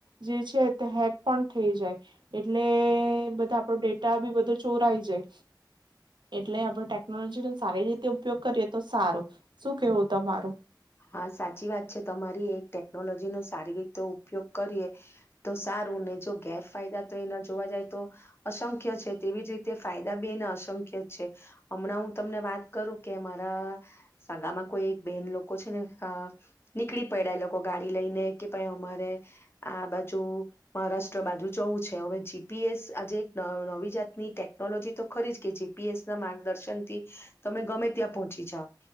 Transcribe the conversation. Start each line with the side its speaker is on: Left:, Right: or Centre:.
Right: જે છે તે હેક પણ થઈ જાય એટલે બધા આપડો ડેટા બી બધો ચોરઈ જાય એટલે આપણે ટેકનોલોજી નો સારી રીતે ઉપયોગ કરીએ તો સારું શું કેવું તમારું
Left: હા સાચી વાત છે તમારી એક ટેકનોલોજીનો સારી રીતે ઉપયોગ કરીએ તો સારું ને જો ગેરફાયદા તો એના જોવા જાય તો અસંખ્ય છે તેવી જ રીતે ફાયદા બી એને અસંખ્ય જ છે હમણાં હું તમને વાત કરું કે મારા સાગામાં કોઈ એક બેહેન લોક લોકો છેને નીકળી પડ્યા એ લોકો ગાડી લઈને કે ભાઈ અમારે આ બાજુ મહારાષ્ટ્ર બાજુ જવું છે હવે જીપીએસ આજે નવી જાતની ટેકનોલોજી તો ખરી જ કે જીપીએસ ના માર્ગદર્શન થી તમે ગમે ત્યાં પહોંચી જાવ